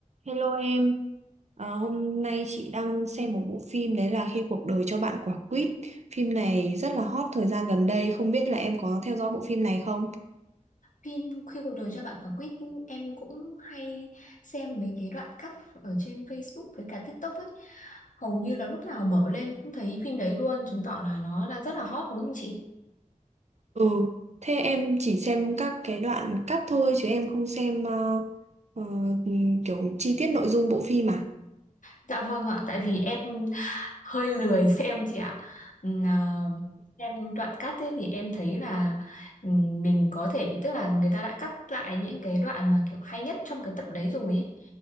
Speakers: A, on the right (about 55°); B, on the left (about 70°).
A: Hello em, Ờ, hôm nay chị đang xem một bộ phim đấy là Khi cuộc đời cho bạn quả quýt. Phim này rất là hot thời gian gần đây, không biết là em có theo dõi bộ phim này không?
B: Phim Khi cuộc đời cho bạn quả quýt em cũng hay xem mấy cái đoạn cắt ở trên Facebook với cả TikTok ấy. Hầu như là lúc nào mở lên cũng thấy phim đấy luôn, chứng tỏ là nó đang rất là hot đúng không chị?
A: Ừ, thế em chỉ xem các cái đoạn cắt thôi chứ em không xem ờ, ờ, kiểu chi tiết nội dung bộ phim à?
B: Dạ vâng ạ, tại vì em hơi lười xem chị ạ. Ừm, à, Em đoạn cắt ấy thì em thấy là ừm, mình có thể tức là người ta đã cắt lại những cái đoạn mà kiểu hay nhất trong cái tập đấy rồi ấy